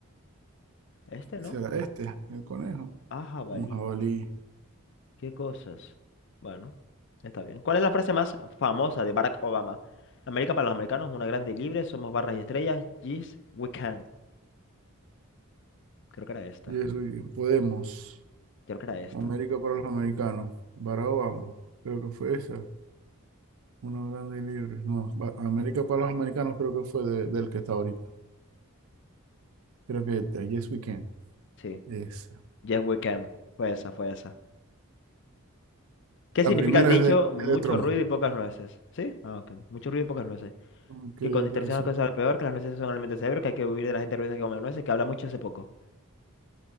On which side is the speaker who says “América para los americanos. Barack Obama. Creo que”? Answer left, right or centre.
Right